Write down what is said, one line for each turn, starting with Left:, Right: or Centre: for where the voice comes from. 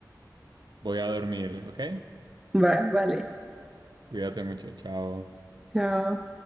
Right: voy a dormir, ¿ok?
Centre: Va, vale.
Right: Cuídate mucho, chao.
Centre: Chao.